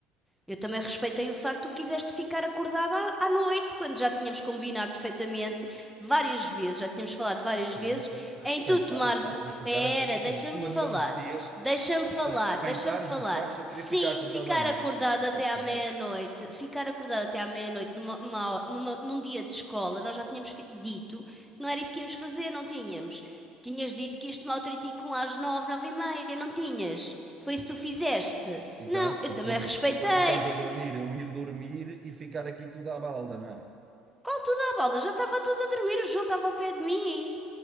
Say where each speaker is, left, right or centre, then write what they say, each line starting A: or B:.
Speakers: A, in the centre; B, on the right.
A: Eu também respeitei o facto que tu quiseste ficar acordada à à noite, quando já tínhamos combinado perfeitamente várias vezes, já tínhamos falado
B: Assim,
A: várias
B: isso
A: vezes,
B: é o- respeitar
A: em tu tomares
B: o facto de eu ficar
A: Pera,
B: acordado. Ou
A: deixa-me
B: seja, tu
A: falar.
B: adormeceste
A: Deixa-me falar,
B: para respeitares
A: deixa-me falar.
B: o facto de eu
A: Sim,
B: querer ficar acordado
A: ficar
B: à noite.
A: acordado
B: Isso não
A: até
B: pode estar
A: à meia-noite,
B: bem.
A: ficar acordado até à meia-noite numa, numa- numa- num dia de escola, nós já tínhamos fi- dito que não era isso que íamos fazer, não tínhamos. Tinhas dito que ias tomar o tritico às nove, nove e meia, não tinhas? Foi isso que tu fizeste?
B: Exato,
A: Não, eu
B: pá,
A: também
B: pois.
A: respeitei.
B: Enquanto tu estás a dormir, eu ir dormir e ficar aqui tudo à balda, não é?
A: Qual tudo à balda? Já estava tudo a dormir, o João estava ao pé de mim.